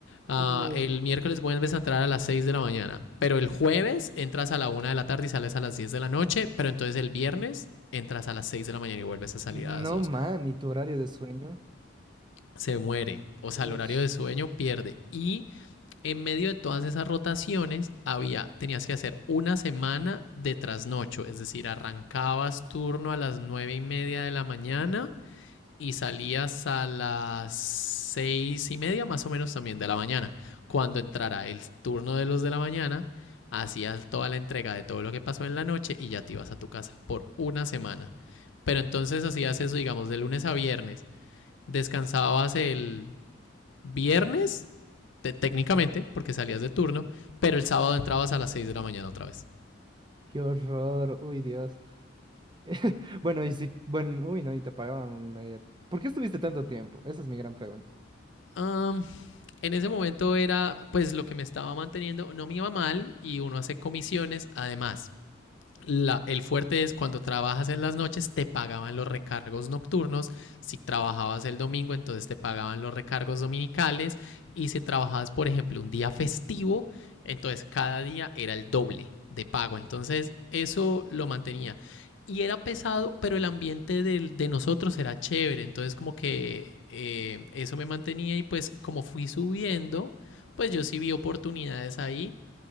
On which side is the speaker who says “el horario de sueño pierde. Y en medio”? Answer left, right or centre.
Left